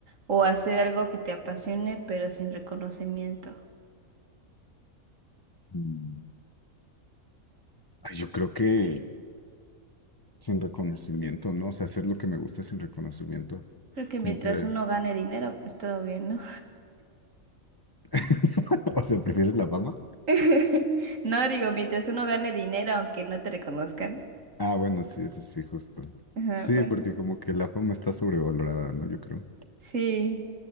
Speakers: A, on the right; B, on the left.
A: o hacer algo que te apasione pero sin reconocimiento?
B: Mm. Ay, yo creo que sin reconocimiento, ¿no? O sea, hacer lo que me gusta sin reconocimiento.
A: Creo que
B: Como
A: mientras
B: que...
A: uno gane dinero, pues todo bien, ¿no?
B: <laughs> O sea, ¿prefieres la fama?
A: <laughs> No, digo, mientras uno gane dinero, aunque no te reconozcan.
B: Ah, bueno, sí, eso sí, justo.
A: Ajá,
B: Sí,
A: bueno,
B: porque como que la fama está sobrevalorada, ¿no? Yo creo.
A: sí,